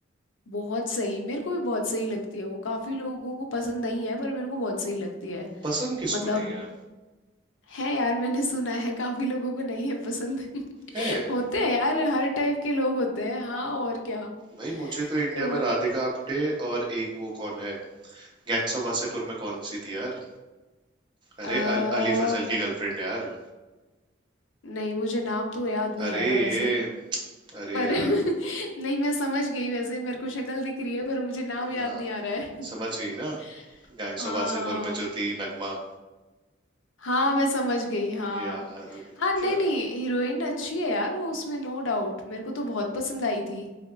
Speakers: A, on the left; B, on the right.
A: बहुत सही मेरे को भी बहुत सही लगती है वो काफी लोगों को पसंद नहीं है पर मेरे को बहुत सही लगती है
B: पसंद किसको
A: मतलब
B: नहीं है
A: है यार मैंने सुना है काफी लोगों को नहीं है पसंद <laughs>
B: है
A: होते हैं यार हर टाइप के लोग होते हैं हाँ और क्या
B: भाई मुझे तो इंडिया
A: तो
B: में राधिका आप्टे और एक वो कौन है गैंग्स ऑफ वासेपुर में कौन सी थी यार
A: आ,
B: अरे अल, अली फजल की गर्लफ्रेंड यार
A: नहीं मुझे नाम तो याद नहीं
B: अरे
A: आ रहा
B: ये
A: वैसे
B: अरे
A: पर
B: यार
A: <laughs> नहीं मैं समझ गई वैसे मेरे को शक्ल दिख रही है पर मुझे नाम याद
B: हाँ
A: नहीं आ रहा है
B: समझ गई ना
A: <laughs>
B: गैंग्स
A: हाँ
B: ऑफ वासेपुर में जो थी नगमा
A: हाँ मैं समझ गई हाँ
B: यार
A: हाँ नहीं
B: क्या हम्म,
A: नहीं हीरोइन अच्छी है यार वो उसमें नो डाउट मेरे को तो बहुत पसंद आई थी